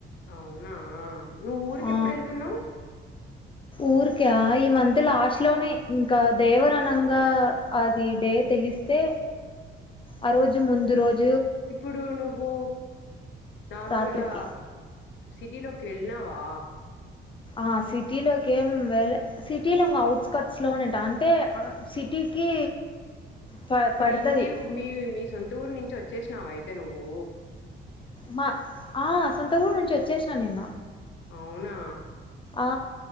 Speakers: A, on the left; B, on the left.
A: అవునా నువ్వు ఊరికి
B: ఆ
A: ఎప్పుడు వెళ్తున్నావు్
B: ఊరికా ఈ మంత్ లాస్ట్ లోనే ఇంకా దేవరనంగా అది డే తెలిస్తే ఆ రోజు ముందు రోజ్
A: ఇప్పుడు నువ్వు నార్మల్గా
B: రాత్రికి
A: సిటీలోకి వెల్లినవా
B: ఆ సిటీలోకేం వేలే సిటీ లోనే ఇంగ ఆఔట్కర్ట్స్ లోనే అంటే ఆ సిటీకి ప
A: ఇప్పుడు
B: పడతది
A: ఇంటి మీ మీ సొంత ఊరు నుంచి వచ్చేసినావ అయితే నువ్వు
B: మా ఆ సొంత ఊరు నుంచి వచ్చేసిన నిన్న
A: అవునా
B: ఆ